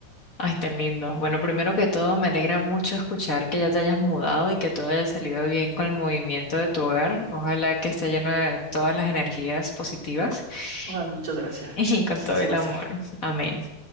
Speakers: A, on the left (about 40°); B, on the right (about 30°).
A: ay, tan lindo. Bueno, primero que todo, me alegra mucho escuchar que ya te hayas mudado y que todo haya salido bien con el movimiento de tu hogar. Ojalá que esté lleno de todas las energías positivas
B: Ay, muchas gracias.
A: <laughs> y con todo
B: Así
A: el
B: va
A: amor.
B: a ser.
A: Amén.